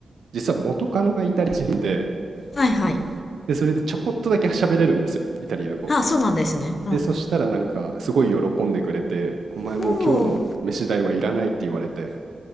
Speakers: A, on the right; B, on the left.
A: 実は元カノがイタリア人で、
B: はいはい
A: で、それでちょこっとだけ喋れるんですよ、イタリア語。
B: あそうなんですねうんうん
A: で、そしたらなんかすごい喜んでくれて、お前もう今日の飯代はいらないって言われて、
B: おお